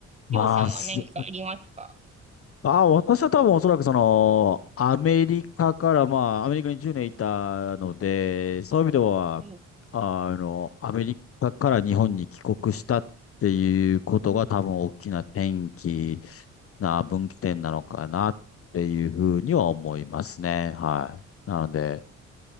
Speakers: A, on the left; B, on the right.
A: まあ、
B: りょうさんは何かありますか
A: す、あ、私は多分おそらくその、アメリカから、まあ、アメリカに10年いたので、そういう意味では、
B: はい。
A: あの、アメリカから日本に帰国したっていうことが多分大きな転機
B: うん
A: な分岐点なのかなっていうふうには思いますね。はい。なので、